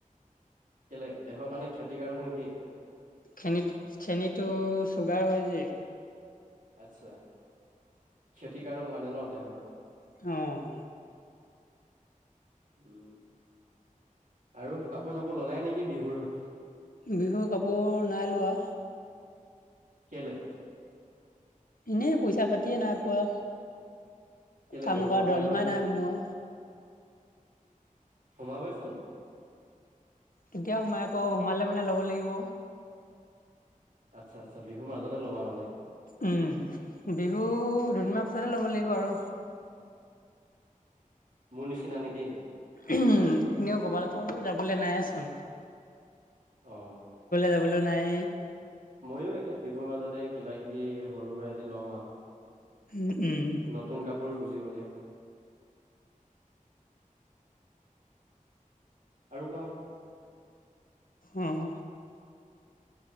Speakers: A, on the right; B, on the left.
A: কেলে দেহৰ কাৰণে ক্ষতিকাৰক নেকি।
B: চেনী চেনীটো চুগাৰ হয় যে।
A: আচ্ছা ক্ষতিকাৰক মানে ন দেহৰ-
B: অ',
A: উম আৰু কাপোৰ-চাপোৰ ল'লাই নেকি বিহুৰ?
B: বিহুৰ কাপোৰ নাই লোৱা।
A: কেলেই?
B: এনেই পইচা পাতিয়ে নাই পোৱা,
A: কেলে
B: কাম
A: দৰমহা
B: কৰা দৰমহাই
A: হোৱা নেকি
B: নাই সোমোৱা।
A: সোমাবইচোন।
B: কেতিয়া সোমাই আকৌ সোমালে মানে ল'ব লাগিব।
A: আচ্ছা আচ্ছা বিহু মাজতে লবা মানে।
B: উম বিহু দুদিনমান পিছতে ল'ব লাগিব আৰু।
A: মো নিচিনা নে কি?
B: উম এনেও কৰ'বাত ক'লো যাবলৈ নায়েচোন।
A: অ',
B: যাবলৈ নাই
A: ময়ো একে বিহুৰ মাজতে কিবা কিবি সৰু সুৰা এটি লম আৰু
B: উম উম,
A: নতুন কাপোৰ বুলিবলে, আৰু কোৱা।
B: উম